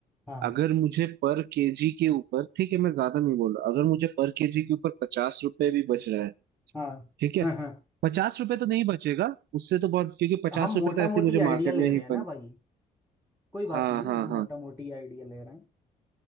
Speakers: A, in the centre; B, on the right (about 50°).
A: हाँ
B: अगर मुझे पर केजी के ऊपर ठीक है मैं ज्यादा नहीं बोल रहा अगर मुझे पर केजी के ऊपर पचास रुपए भी बच रहा है
A: हाँ
B: ठीक है
A: हाँ हाँ
B: पचास रुपए तो नहीं बचेगा उससे तो बहुत क्योंकि पचास
A: हम
B: रुपए
A: मोटा
B: तो ऐसे
A: मोटी
B: ही मुझे
A: आइडिया
B: मार्केट
A: ले
B: में ही
A: रहे हैं ना
B: बन
A: भाई कोई बात
B: हाँ
A: नहीं
B: हाँ
A: हम
B: हाँ
A: मोटा मोटी आइडिया ले रहे हैं